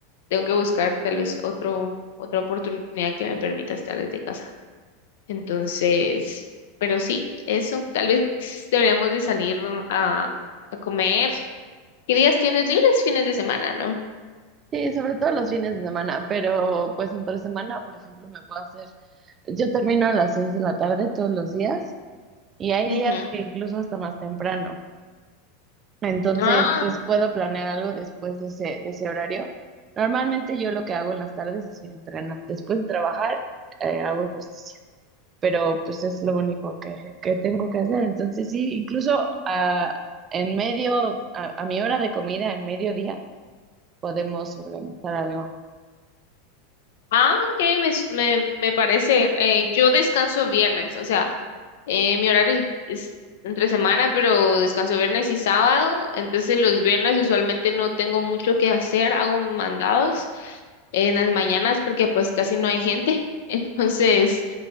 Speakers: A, on the left; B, on the right.
A: tengo que buscar tal vez otro, otra oportunidad que me permita estar desde casa. Entonces, pero sí, eso. Tal vez deberíamos de salir a, a comer. ¿Qué días tienes libres? Fines de semana, ¿no?
B: Sí, sobre todo los fines de semana, pero pues entre semana, por ejemplo, me puedo hacer, yo termino a las seis de la tarde todos los días y hay
A: Ujú.
B: días que incluso hasta más temprano. Entonces,
A: Ah,
B: pues puedo planear algo después de ese, de ese horario. Normalmente yo lo que hago en las tardes es ir a entrenar. Después de trabajar, eh, hago ejercicio. pero pues es lo único que, que tengo que hacer. Entonces sí, incluso ah, en medio, a, a mi hora de comida, en mediodía, podemos organizar algo.
A: ah, ok, me, s- me, me parece. eh, yo descanso viernes, o sea. Eh, mi horario es, es entre semana, pero descanso viernes y sábado. Entonces los viernes usualmente no tengo mucho que hacer, hago mandados en las mañanas porque pues casi no hay gente. <laughs> Entonces